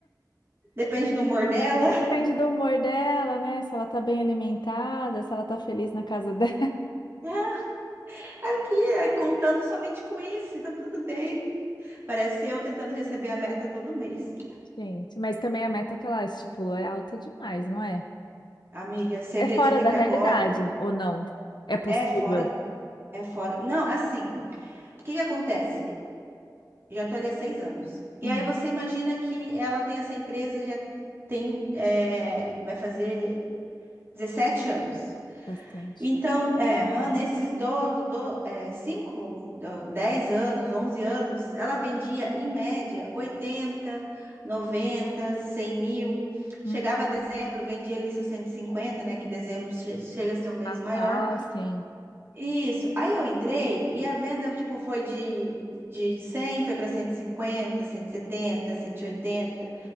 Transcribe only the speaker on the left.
Depende do humor dela, né? Se ela tá bem alimentada, se ela tá feliz na casa dela.
<laughs> Gente, mas também a meta que ela estipulou é alta demais, não é?
É
fora da
realidade,
ou não? É possível?
Hum,
bastante.
Uhum.
Natal,
sim.